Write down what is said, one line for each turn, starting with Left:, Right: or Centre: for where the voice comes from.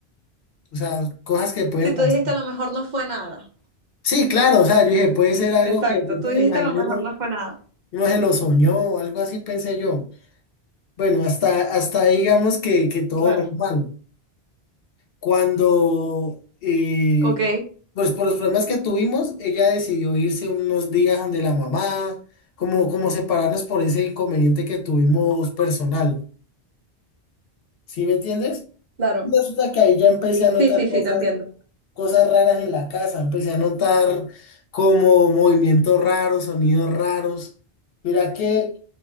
Left: O sea, cosas que pueden
Right: Si tú
Left: pasar.
Right: dijiste a lo mejor no fue nada.
Left: Sí, claro, o sea, yo dije, puede ser algo
Right: exacto.
Left: que de pronto
Right: Tú dijiste
Left: me imaginé,
Right: a lo mejor
Left: no,
Right: no fue nada.
Left: no se lo soñó, algo así pensé yo. Bueno, hasta, hasta ahí digamos que, que todo
Right: Claro,
Left: normal. Cuando, eh,
Right: Ok,
Left: pues por los problemas que tuvimos, ella decidió irse unos días donde la mamá, como, como separarnos por ese inconveniente que tuvimos personal. ¿Sí me entiendes?
Right: claro.
Left: Resulta que ahí ya empecé a notar
Right: Sí, sí,
Left: cosas
Right: sí, te entiendo.
Left: cosas raras en la casa. Empecé a notar como movimientos raros, sonidos raros. Mira que